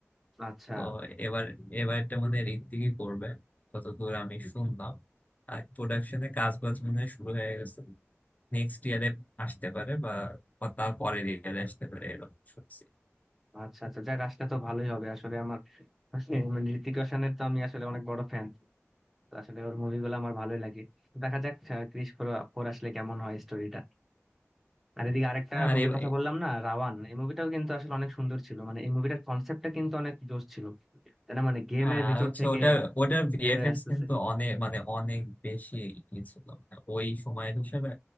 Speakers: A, in the centre; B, on the left (about 30°).
A: আচ্ছা
B: তো এবার এবার এটা মনে হয় ঋত্বিকই করবে যতদূর আমি শুনলাম আর প্রোডাকশনে কাজ বাজ মনে হয় শুরু হয়ে গেছে নেক্সট ইয়ারে আসতে পারে বা তার পরের ইয়ারে আসতে পারে এরকম শুনছি
A: আচ্ছা আচ্ছা যাক আসলে তো ভালোই হবে আসলে আমার মানে ঋতিক রোশনের তো আমি আসলে অনেক বড় ফ্যান তো আসলে ওর মুভিগুলো আমার ভালোই লাগে তো দেখা যাক আহ, ক্রিশ ফোর ফোর আসলে কেমন হয় স্টোরিটা আর এদিকে আরেকটা
B: হ্যাঁ, আর
A: মুভির
B: এ-
A: কথা
B: এ-
A: বললাম না রাওয়ান এই মুভিটাও কিন্তু আসলে অনেক সুন্দর ছিল মানে এই মুভিটার কনসেপ্টটা কিন্তু অনেক জোশ ছিল তাই না মানে গেমের
B: হ্যাঁ
A: ভিতর
B: আর হচ্ছে
A: থেকে
B: ওটার ওটার ভিএফএক্স
A: বের হয়ে আসতেছে
B: কিন্তু অনেক মানে অনেক বেশি ই ছিল মানে ওই সময়ের হিসেবে